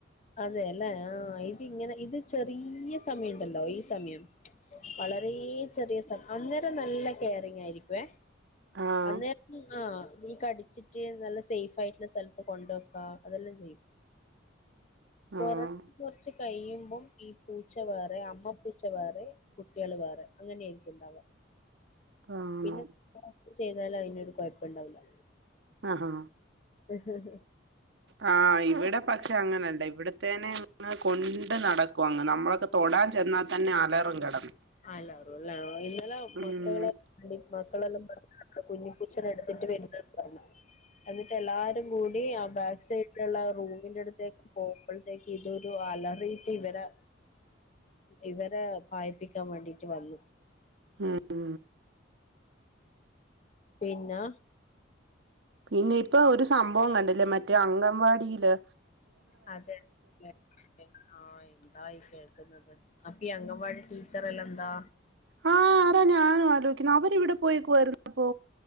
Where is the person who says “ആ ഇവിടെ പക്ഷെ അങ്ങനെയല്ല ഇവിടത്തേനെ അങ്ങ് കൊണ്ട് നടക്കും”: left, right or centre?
Right